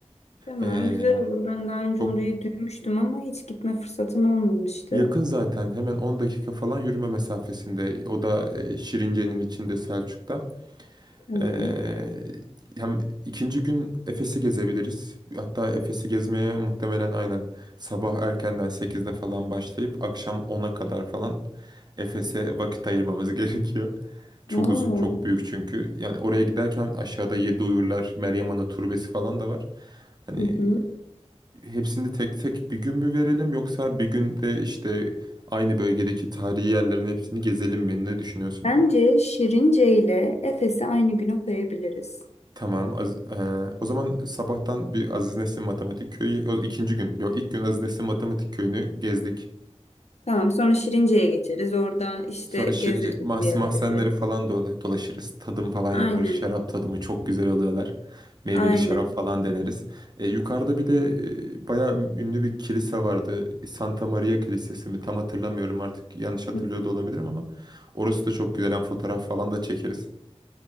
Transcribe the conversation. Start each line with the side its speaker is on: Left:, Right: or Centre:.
Left: Tamam,
Right: Ee,
Left: güzel olur. Ben daha önce
Right: çok
Left: orayı duymuştum ama hiç gitme fırsatım olmamıştı.
Right: yakın zaten. Hemen 10 dakika falan yürüme mesafesinde. O da e, Şirince'nin içinde Selçuk'ta.
Left: Tamam.
Right: Ee, hem ikinci gün Efes'i gezebiliriz. Hatta Efes'i gezmeye muhtemelen aynen sabah erkenden sekizde falan başlayıp akşam ona kadar falan Efes'e vakit ayırmamız <laughs> gerekiyor. Çok
Left: Aa,
Right: uzun, çok büyük çünkü. Yani oraya giderken aşağıda Yedi Uyurlar, Meryem Ana Türbesi falan da var. Hani
Left: Hı hı.
Right: hepsini tek tek bir gün mü verelim yoksa bir günde işte aynı bölgedeki tarihi yerlerin hepsini gezelim mi? Ne düşünüyorsun?
Left: Bence Şirince ile Efes'i aynı güne koyabiliriz.
Right: Tamam. Az, eee, o zaman sabahtan bir Aziz Nesin Matematik Köyü, o ikinci gün. Yok ilk gün Aziz Nesin Matematik Köyü'nü gezdik.
Left: Tamam, sonra Şirince'ye geçeriz. Orada işte
Right: Sonra
Left: gezeriz
Right: Şirince mahs
Left: diğerleri.
Right: mahzenleri falan dola- dolaşırız. Tadım falan yaparız.
Left: Aynen,
Right: Şarap tadımı çok güzel alıyorlar. Meyveli
Left: aynen.
Right: şarap falan deneriz. E, yukarıda bir de e, bayağı ünlü bir kilise vardı. Santa Maria Kilisesi mi? Tam hatırlamıyorum artık. Yanlış hatırlıyor
Left: Hı.
Right: da olabilirim ama. Orası da çok güzel. Hem fotoğraf falan da çekeriz.